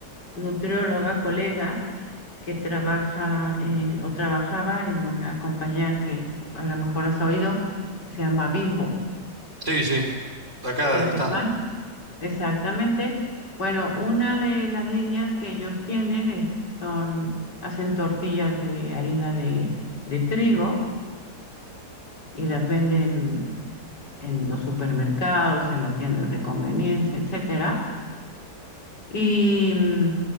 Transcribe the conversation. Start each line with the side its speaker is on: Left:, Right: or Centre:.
Left: nutrióloga, colega, que trabaja eh, o trabajaba en una compañía que a lo mejor has oído, que se llama Bimbo,
Right: Sí, sí, acá
Left: que hace
Right: están.
Left: pan. Exactamente. Bueno, una de las líneas que ellos tienen es, son, hacen tortillas de harina de, de trigo y las venden en los supermercados, en las tiendas de conveniencia, etcétera. Y mm,